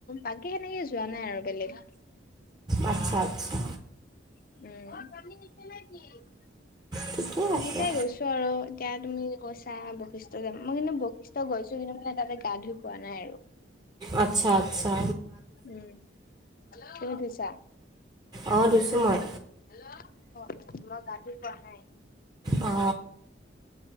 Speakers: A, on the left; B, on the right.
A: বাকী সেনেকে যোৱা নাই আৰু বেলেগ।
B: আতচ্ছা, আতচ্ছা।
A: উম।
B: ঠিকে
A: সেইকেইটাই
B: আছে
A: গৈছো আৰু এতিয়া তুমি গৈছা বৈশিষ্ট মই কিন্তু বৈশিষ্ট গৈছো কিন্তু মানে তাতে গা ধুই পোৱা নাই আৰু
B: আতচ্ছা, আতচ্ছা।
A: উম, তুমি ধুইছা?
B: অঁ ধুইছোঁ মই
A: হেল্ল, অ মই গা ধুই পোৱা নাই
B: অ,